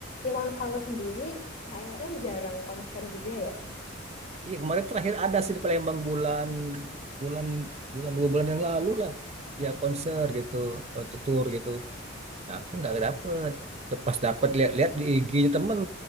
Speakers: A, on the left; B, on the right.
A: Iwan Fals sendiri kayaknya jarang konser juga ya.
B: Iya kemarin terakhir ada sih di Palembang bulan bulan bulan dua bulan yang lalu lah, ya konser gitu, atau tour gitu. Nah, aku nggak dapet. Pas dapet lihat-lihat di IG-nya temen,